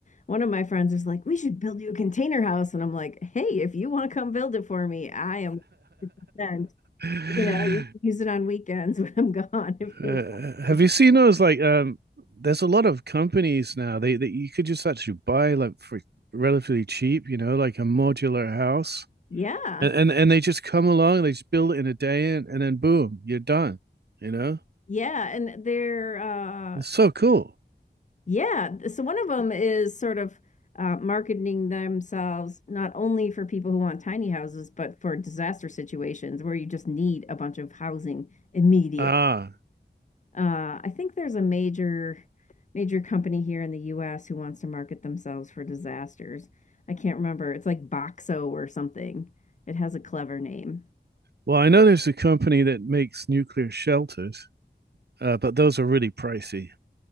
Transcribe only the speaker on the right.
<laughs>
Uh,
have
you seen those like um there's a lot of companies now they that you could just actually buy like for relatively cheap, you know, like a modular house.
And and, and they just come along, they just build it in a day and, and then boom, you're done. You know?
It's so cool.
Ah.
Well, I know there's a company that makes nuclear shelters, uh, but those are really pricey.